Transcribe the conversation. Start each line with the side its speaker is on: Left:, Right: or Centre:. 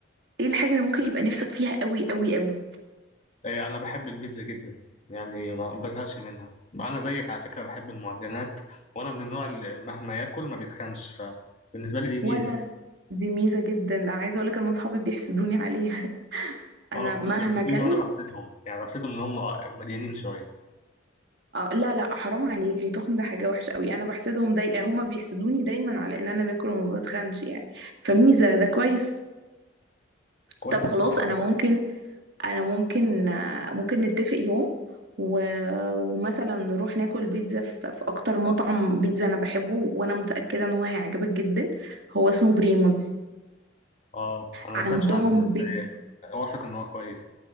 Right: ايه الحاجه اللي ممكن يبقى نفسك فيها قوي قوي قوي
Left: إيه، أنا بحب البيتزا جدا يعني ما ما بزهقش منها أنا زيك على فكرة بحب المعجنات وأنا من النوع اللي مهما ياكل ما بيتخنش فبالنسبة لي دي ميزة
Right: وانا دي ميزه جدا عايزه اقول لك ان اصحابي بيحسدوني عليها <laughs>
Left: وأنا
Right: انا
Left: أصحابي
Right: مهما
Left: بيحسدوني
Right: اكلت
Left: وأنا بحسدهم يعني بحسدهم إن هم مليانين شوية
Right: آه لا لا حرام عليك التخن ده حاجة وحشة قوي أنا بحسدهم داي... هما بيحسدوني دايما على إن أنا باكل وما بتخنش يعني فميزة ده كويس
Left: كويس
Right: طب خلاص
Left: طبعا
Right: أنا ممكن أنا ممكن آه، ممكن نتفق يوم و... ومثلا نروح ناكل بيتزا في... في أكتر مطعم بيتزا أنا بحبه وأنا متأكدة إن هو هيعجبك جدا هو اسمه بريموز
Left: أه أنا
Right: عندهم
Left: ما سمعتش عنه بس
Right: بيتزا
Left: إيه، واثق إن هو كويس